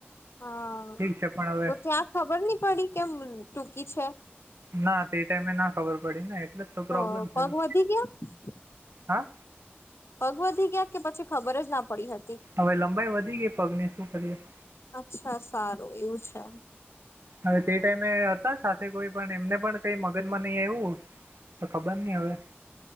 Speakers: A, on the left (about 75°); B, on the right (about 70°).
A: હા
B: ઠીક છે પણ હવે
A: તો ત્યાં ખબર નહી પડી કેમ ટૂંકી છે
B: ના તે ટાઈમે, ના ખબર પડી ને એટલે જ
A: તો
B: પ્રોબ્લેમ
A: પગ
B: થઈ
A: વધી ગયા,
B: હા
A: પગ વધી ગયા કે પછી ખબર જ ના, પડી હતી
B: હવે, લબાઈ વધી ગઈ. પગને શું કરીએ
A: અચ્છા સારુ, એવુ છે.
B: હવે, તે ટાઈમે હતા સાથે કોઈ પણ એમને પણ કઈ મગજમા નહી, આયવુ તો ખબર નહી, હવે